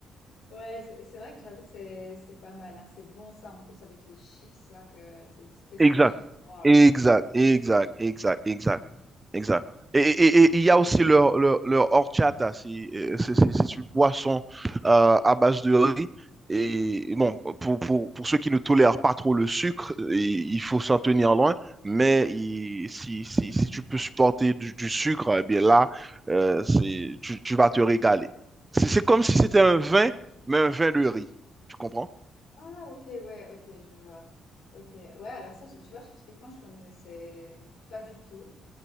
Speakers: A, on the left (about 85°); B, on the right (about 20°).
A: Ouais, c'est c'est vrai que j'avoue que c'est c'est pas mal. hein. C'est bon ça, en plus avec les chips là, que c'est les spécial
B: Exact,
A: chips. Oh là
B: exact,
A: là.
B: exact, exact, exact. Exact. Et et- et- et il y a aussi leur, leur, leur horchata, c'est euh, c'est- c'est- c'est une boisson euh, à base de riz. Et bon, pour, pour, pour ceux qui ne tolèrent pas trop le sucre, euh, il il faut s'en tenir loin. Mais il- si, si, si tu peux supporter du, du sucre, eh bien là, euh, c'est, tu, tu vas te régaler. C'est c'est comme si c'était un vin, mais un vin de riz. Tu comprends?
A: Ah, ok, ouais, ok, je vois. Ok, ouais, alors ça, je- tu vois, je- typiquement, je connaissais pas du tout.